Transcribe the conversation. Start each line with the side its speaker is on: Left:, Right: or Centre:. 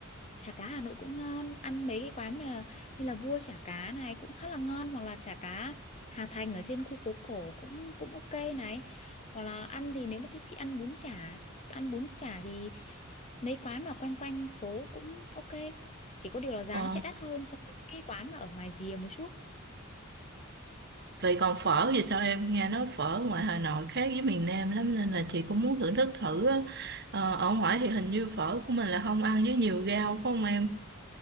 Left: chả cá Hà Nội cũng ngon ăn mấy cái quán mà như là Vua chả cá này cũng khá là ngon hoặc là chả cá Hà Thành ở trên khu phố cổ cũng cũng ok này hoặc là ăn thì nếu mà thích chị ăn bún chả ăn bún chả thì mấy quán mà quanh quanh phố cũng ok chỉ có điều là giá
Right: Ồ
Left: nó sẽ đắt hơn so với những cái quán mà ở ngoài rìa một chút
Right: Vậy còn phở thì sao em nghe nói phở ngoài Hà Nội khác với miền Nam lắm nên là chị cũng muốn thưởng thức thử á. Ờ, ở ngoài thì hình như phở của mình là không ăn với nhiều rau phải không em?